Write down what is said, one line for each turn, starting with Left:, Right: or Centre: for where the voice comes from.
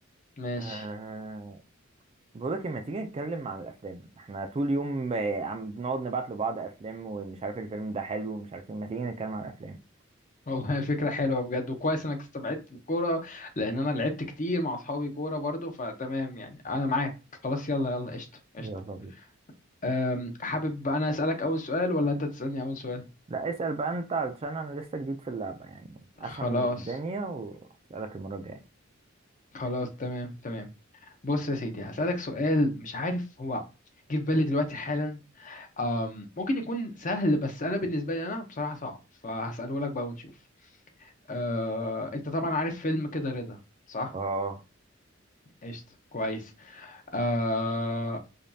Left: ماشي
Right: أه... بقولك لما تيجي نتكلم عن الافلام احنا طول يوم آه، عم بنقعد نبعت لبعض افلام ومش عارف الفيلم ده حلو ومش عارف إيه. ما تيجي نتكلم عن الافلام
Left: والله <laughs> فكرة حلوة بجد وكويس انك استبعدت الكورة لان انا لعبت كتير مع اصحابي كورة برضو فتمام يعني انا معاك خلاص يلا يلا قشطة قشطة
Right: يلا بينا
Left: أم، حابب انا اسألك اول سؤال ولا انت تسألني اول سؤال
Right: لا اسأل بقى انت علشان انا لسه جديد في اللعبة يعني افهم
Left: خلاص
Right: الدنيا واسألك المرة الجاية
Left: خلاص تمام تمام بص يا سيدي هسألك سؤال مش عارف هو جه في بالي دلوقتي حالا أم ممكن يكون سهل بس أنا بالنسبة لي أنا بصراحة صعب فهسأله لك بقى ونشوف أه أنت طبعا عارف فيلم كده رضا صح؟
Right: اه
Left: قشطة كويس أه